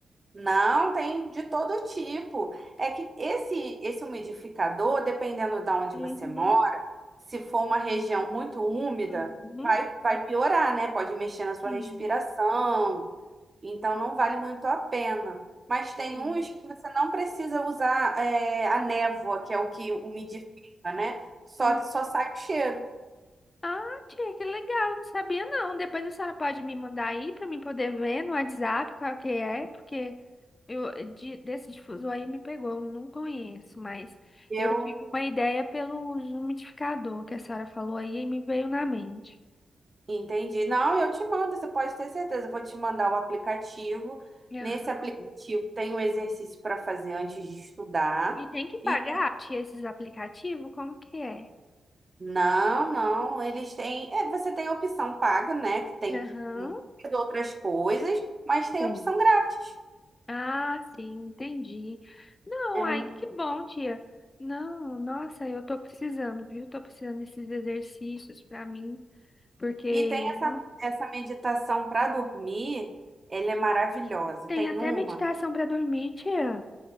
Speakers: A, on the right; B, on the left.
A: Não, tem de todo tipo. É que esse, esse umidificador, dependendo de onde
B: Uhum.
A: você mora, se for uma região muito úmida,
B: Uhum.
A: vai, vai piorar, né? Pode mexer na sua
B: Sim,
A: respiração. Então não vale muito a pena. Mas tem
B: sim.
A: uns que você não precisa usar é, a névoa, que é o que umidifica, né? Só,
B: Uhum.
A: só sai o cheiro.
B: Ah, tia, que legal, não sabia não. Depois a senhora pode me mandar aí pra mim poder ver no WhatsApp qual que é, porque eu de- desse difusor aí me pegou, eu não conheço, mas
A: Eu
B: eu tive uma ideia pelo umidificador que a senhora falou aí e me veio na mente.
A: entendi. Não, eu te mando, você pode ter certeza. Eu vou te mandar o aplicativo.
B: Aham.
A: Nesse aplicativo tem o exercício para fazer antes de estudar.
B: E tem que pagar,
A: E
B: tia, esses aplicativos? Como que é?
A: não, não, eles têm. é, você tem a opção paga, né? Que tem
B: Aham.
A: muitas outras coisas, mas tem
B: Tem.
A: a opção grátis.
B: Ah, sim, entendi. Não,
A: É
B: ai, que bom, tia. Não, nossa, eu tô precisando, viu? Tô precisando desses exercícios pra mim, porque
A: E tem essa,
B: não
A: essa meditação para dormir, ela é maravilhosa.
B: tem
A: Tem
B: até
A: uma?
B: meditação pra dormir, tia.